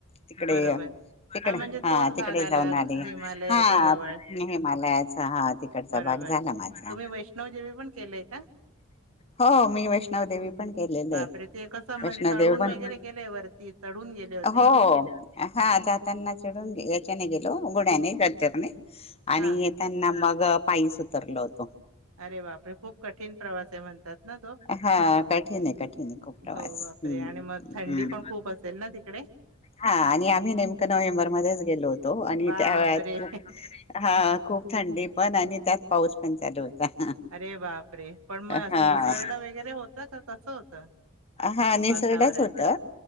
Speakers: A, on the left (about 30°); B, on the right (about 85°).
A: तिकडे
B: बरोबर
A: तिकडे
B: म्हणजे
A: हा
B: तोच
A: तिकडे
B: भाग आला
A: जाऊन आली. हा
B: हिमालयाच्या जवळ
A: हिमालयाचा हा तिकडचा
B: बरोबर
A: भाग झाला माझा,
B: तुम्ही वैष्णव देेवी पण केलेय का
A: तुम्ही वैष्णोदेवी पण केलंय का?
B: बापरे
A: हा हो मी वैष्णवदेवी पण केलेलं
B: ते कसं म्हण
A: वैष्णोदेवी
B: चढून
A: पण
B: वगैरे केले वरती चढून गेले होते
A: हो हां जाताना चडून याच्याने गेलो. घोड्याने, गच्छरने आणि
B: हा
A: येताना मग पायीच उतरलो होतो.
B: अरे बापरे खूप कठीण प्रवास आहे म्हणतात ना तो
A: हां कठीण आहे कठीण आहे खूप प्रवास.
B: हो बापरे!
A: हम्म
B: आणि मग थंडी पण खूप असेल ना तिकडे?
A: हां आणि आम्ही नेमकं नोव्हेंबरमध्येच गेलो होतो आणि
B: बापरे!
A: त्या वेळात खूप हां खूप थंडी पण आणि त्यात पाऊस पण चालू होता.
B: अरे बापरे! पण मग असं
A: हा
B: निसर्डा वगैरे होता का कसं होतं?
A: हा निसर्डाच
B: वातावरण?
A: होता